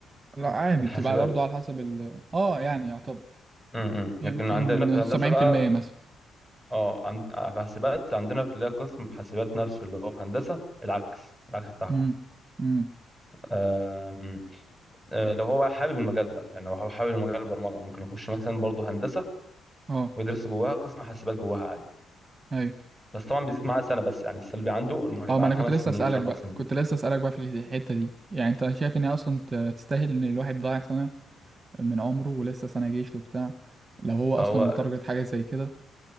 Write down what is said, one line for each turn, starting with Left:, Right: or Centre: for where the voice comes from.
Right: لا عادي
Centre: الحاسبات
Right: بتبقى برضه على حسب ال اه يعني يعتبر
Centre: امم
Right: يمكن
Centre: لكن عندنا في هندسه
Right: 70%
Centre: بقى
Right: مثلا
Centre: اه عند... في حاسبات عندنا في اللي هي قسم في حاسبات نفسه اللي هو في هندسه العكس العكس بتاعكم
Right: امم امم
Centre: آم، آه، لو هو حابب المجال ده يعني لو هو حابب المجال البرمجه ممكن يخش مثلا برضه هندسه
Right: اه
Centre: ويدرس جواها قسم حاسبات جواها عادي
Right: ايوه
Centre: بس طبعا بيزيد معاه سنه بس يعني السلبي عنده انه هيبقى
Right: اه ما
Centre: عن
Right: انا
Centre: خمس
Right: كنت لسه
Centre: سنين
Right: اسالك
Centre: مش اربع
Right: بقى
Centre: سنين
Right: كنت لسه اسالك بقى في الحته دي يعني انت شايف ان هي اصلا ت- تستاهل ان الواحد ضايع سنه من عمره ولسه سنه جيش وبتاع لو هو اصلا
Centre: هو
Right: متارجت حاجه زي كده